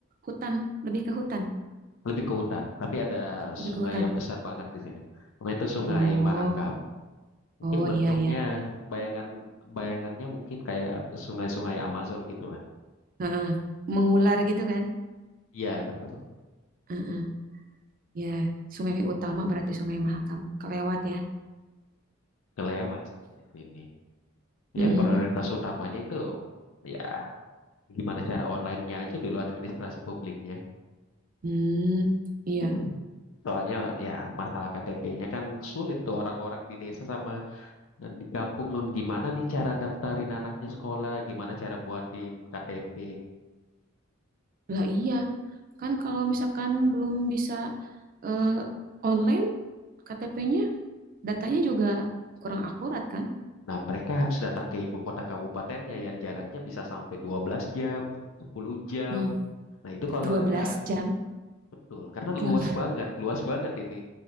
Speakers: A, on the right; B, on the left.
A: hutan? Lebih ke hutan.
B: Lebih ke hutan, tapi ada sungai
A: Lebih ke hutan.
B: yang besar banget di sini. Sungai itu Sungai
A: Oh,
B: Mahakam. Mungkin
A: oh
B: bentuknya
A: iya, iya.
B: bayangan bayangannya mungkin kayak sungai-sungai Amazon gitulah.
A: Heeh. Mengular gitu kan?
B: Iya, betul.
A: Heeh. Ya, sungai utama berarti Sungai Mahakam. Kelewat ya.
B: kelewat sampai di sini. Ya
A: Mm-mm-mm.
B: prioritas utamanya itu ya gimana cara online-nya aja dulu administrasi publiknya.
A: Hmm, iya.
B: <clears throat> Soalnya ya masalah KTP-nya kan sulit tuh orang-orang di desa sama e, di kampung gimana nih cara daftarin anaknya sekolah, gimana cara buatin KTP.
A: Lah iya, kan kalau misalkan belum bisa eh, online KTP-nya, datanya juga kurang akurat kan?
B: Nah, mereka harus datang ke ibu kota kabupatennya yang jaraknya bisa sampai 12 jam, sepuluh jam.
A: Hmm,
B: Nah, itu kalau
A: 12
B: ada
A: jam.
B: betul karena
A: 12.
B: luas banget, luas banget ini